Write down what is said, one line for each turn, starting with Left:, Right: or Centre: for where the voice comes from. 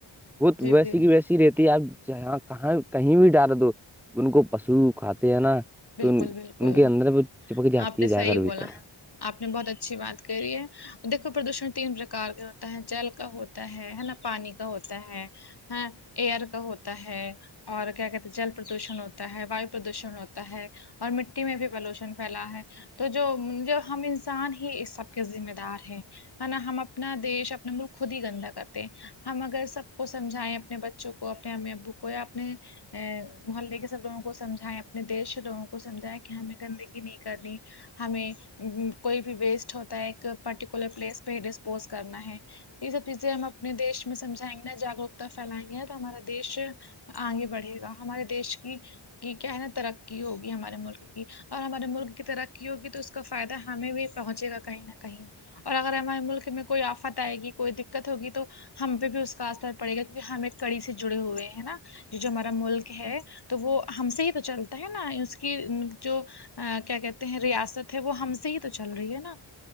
Centre: وہ تو
Left: جی
Centre: ویسی
Left: جی
Centre: کی ویسی رہتی ہے اب جاں کہاں کہیں بھی ڈر دو ان کو پشو کھاتے ہیں نا
Left: بالکل
Centre: تو ان
Left: بالکل
Centre: ان کے اندر وہ چپک جاتی
Left: آپ نے
Centre: ہے
Left: صحیح
Centre: جا کر بھیتر
Left: بولا ہے آپ نے بہت اچھی بات کری ہے دیکھو پردوشن تین پرکار کا ہوتا ہے جل کا ہوتا ہے ہے نا پانی کا ہوتا ہے ہاں ایئر کا ہوتا ہے اور کیا کہتے ہیں جل پردوشن ہوتا ہے وایو پردوشن ہوتا ہے اور مٹی میں بھی پلوشن پھیلا ہے تو جو جو ہم انسان ہی اس سب کے ذمہ دار ہیں ہے نا ہم اپنا دیش اپنا ملک خود ہی گندا کرتے ہم اگر سب کو سمجھائیں اپنے بچوں کو اپنے امی ابو کو یا اپنے ا محلے کے سب لگوں کو سمجھائے اپنے دیش سے لوگوں کو سمجھائے کہ ہمیں گندگی نہیں کرنی ہمیں کوئی بھی ویسٹ ہوتا ہے ایک پرٹیکولر پلیس پہ ڈسپوز کرنا ہے یہ سب چیزیں ہم اپنے دیش میں سمجائیں گے ن جاگروکتا پھیلائیں گے تو ہمارا دیش آگے بڑھے گا ہمارے دیش کی کی کیا ہے نا ترقی ہوگی ہمارے ملک کی اور ہمارے ملک کی ترقی ہوگی تو اس کا فائدہ ہمیں بھی پہنچے گا کہیں نہ کہیں اور اگر ہمارے ملک میں کوئی آفت آئے گی کوئی دقت ہوگی تو ہم پہ بھی اس کا اثر پڑے گا کیکہ ہم ایک کڑی سے جڑے ہوئے ہیں نا جو ہمارا ملک ہے تو وہ ہم سے ہی تو چلتا ہے نا اس کی جو ا کیا کہتے ہیں ریاست ہے وہ ہم سے ہی تو چل رہی ہے نا